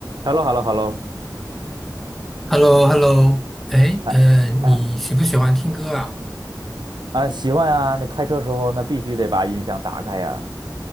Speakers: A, on the right; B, in the centre.
A: h e l l o h e l l o h e l l o
B: h e l l o h e l l o 哎，
A: 啊
B: 呃，你喜不喜欢听歌啊？
A: 啊啊！喜欢啊！那开车时候那必须得把音响打开呀、